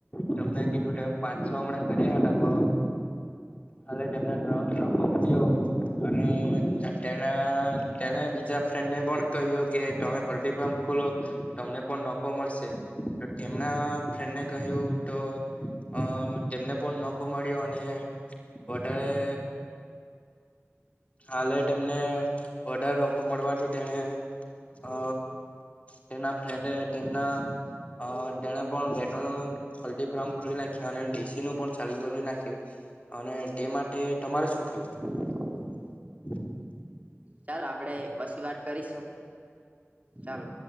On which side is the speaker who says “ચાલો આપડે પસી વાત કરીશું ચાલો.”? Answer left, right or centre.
Right